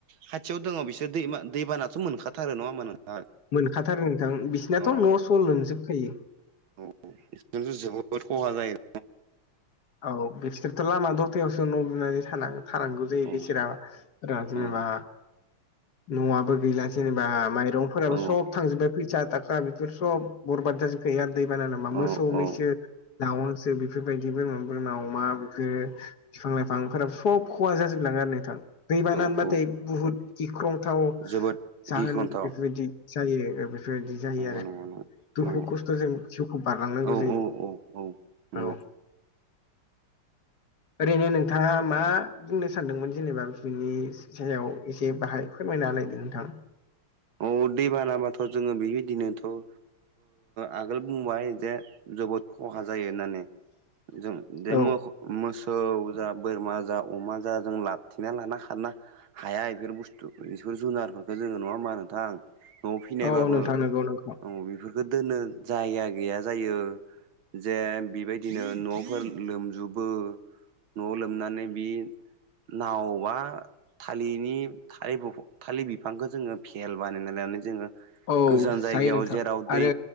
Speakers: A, on the right; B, on the left.
A: खाथियाव दङ बिसोर दैा दैबानाथ' मोनखाथारो नङा होमबा नोंथां
B: मोनखाथारो नोंथां बिसिनाथ'
A: अ
B: न'स'ल लोमजोबखायो।
A: औ बेनोथ' जोबोद खहा जायो।
B: औ बिसोरथ' लामा दथायायावसो न' लुनानै थान थानांगौ जायो
A: औ
B: बिसोरा फोर जेनेबा
A: औ
B: न'आबो गैला जेनेबा माइरंफोराबो
A: औ
B: सब थांजोब्बाय फैसा थाखा बेफोर सब बरबाद जाजोबखायो आरो दैबाना नामा
A: औ
B: मोसौ
A: औ
B: मैसो दाउसो बेफोरबायदि बोरमा बोरमा अमा बेफोर बिफां लाइफांफोराबो सब खहा जाजोबलाङो आरो नोंथां दै बानानानैबाथाय
A: औ औ
B: बुहुद गिख्रंथाव
A: जोबोद
B: जाहोन
A: गिख्रंथाव
B: बेफोरबायदि जायो बेबायदि जायो
A: नंगौ
B: आरो
A: नंगौ नंगौ
B: दुखु
A: नंगौ
B: खस्थ'जों जिउखौ बारलांनांगौ
A: औ
B: जायो।
A: औ औ औ नंगौ।
B: औ ओरैनो नोंथाङा मा बुंनो सानदोंमोन जेनेबा बिनि जायाव एसे बाहाय फोरमायनालायदो नोंथां
A: औ दै बानाबाथ' जोङो बेबायदिनोथ' आगोल बुंबाय जे जबोद खहा जायो होननानै जों द
B: औ
A: मुवाखौ मोसौ जा बोरमा जा अमा जा जों लाबथिना लाना खारा हाया बेफोर बुस्थु बेफोर जुनारफोरखौ जोङो नङा मानो होन थां न'आव फिनायबाबो
B: औ नोंथां
A: बे
B: नंगौ नोंथां
A: बेफोरखौ दोननो जायाया गैया जायो जे बेबायदिनो न'फोर लोमजोबो। न'आव लोमनानै बि नावबा थालिरनि थालिर बिफांखौ जोङो फि खेल बानायनानै जोङो
B: औ
A: गोजान जायगायाव
B: जायो नोंथां
A: जेराव
B: आरो
A: दै